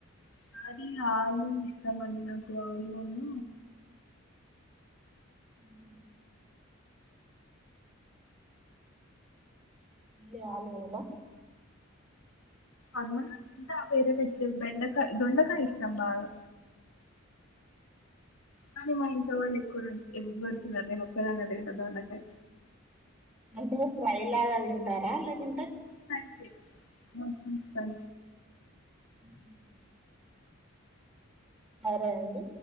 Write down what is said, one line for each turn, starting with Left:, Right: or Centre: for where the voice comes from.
Left: నాది ఆలు ఇష్టమండి నాకులు అన్న
Centre: ఉ ఉ ఇ ఆలు వంద
Left: అక ఇంటా వేర వెజటబ బెండకాయ దొండకాయ ఇష్టం బాగా అ మా ఇం సవాల ఎకు ఎవ్వరి డిన్నర్ నేను ఒక్కదాన్నే తింటా దొండకాయ్
Centre: అంటే ఫ్రైలాగ తింటారా లేదా
Left: కర్రీ ఉ హమ్ ఫ్రై
Centre: ఉమ్ సరే అండి